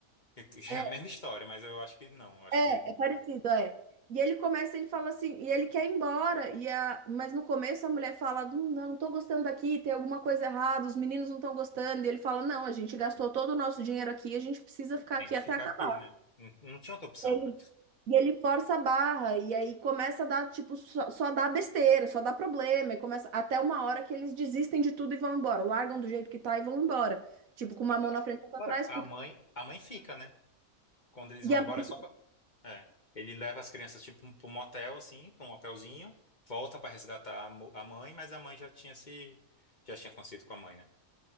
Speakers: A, on the left; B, on the right.
A: E- e
B: é,
A: É a
B: é,
A: mesma história, mas eu acho que não. Eu acho
B: é
A: que
B: é parecido, é. E ele começa, ele fala assim, e ele quer ir embora, e a, mas no começo a mulher fala, "Hum, não, não tô gostando daqui, tem alguma coisa errada, os meninos não estão gostando. E ele fala, não, a gente gastou todo o nosso dinheiro aqui, a gente precisa ficar
A: tem
B: aqui
A: que
B: até
A: ficar
B: acabar.
A: aqui, né? Não não tinha outra opção,
B: Ele
A: né?
B: E ele força a barra, e aí começa a dar, tipo, só, só dá besteira, só dá problema, e começa até uma hora que eles desistem de tudo e vão embora, largam do jeito que tá e vão embora. Tipo, com uma
A: Ele-
B: mão na frente e outra
A: Ora,
B: atrás,
A: A
B: porque.
A: mãe, a mãe fica, né? Quando eles vão
B: E a
A: embora,
B: mãe-
A: é só. co- É. Ele leva as crianças, tipo, pra um motel, assim, pra um hotelzinho, volta pra resgatar a mo- a mãe, mas a mãe já tinha se. Já tinha acontecido com a mãe, né?